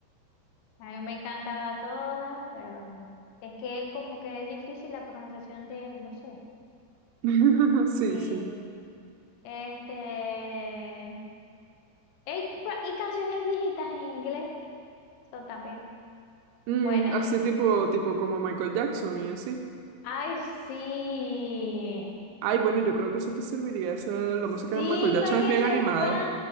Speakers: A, on the left; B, on the right.
A: a mí me encantaba todas, pero ajá, es que él como que es difícil la pronunciación de él, no sé.
B: <laughs> Sí,
A: Sí.
B: sí.
A: Este, y, y canciones viejitas en inglés son también.
B: Mm,
A: Bueno,
B: así tipo, tipo como Michael Jackson y así.
A: Ay, sí.
B: Ay, bueno, yo creo que eso te serviría. Esa, la
A: Sí,
B: música de Michael Jackson
A: para que
B: es bien
A: sepa.
B: animada.